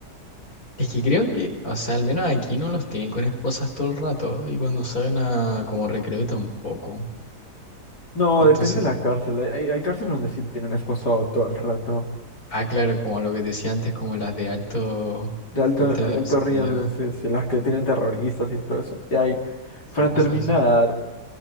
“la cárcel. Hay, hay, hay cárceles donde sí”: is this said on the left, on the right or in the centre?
Left